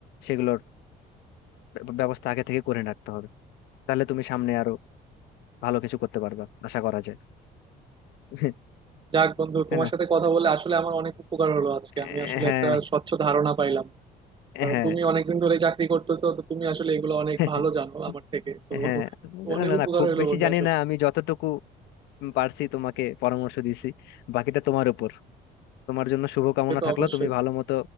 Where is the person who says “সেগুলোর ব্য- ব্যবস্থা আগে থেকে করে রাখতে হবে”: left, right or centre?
Left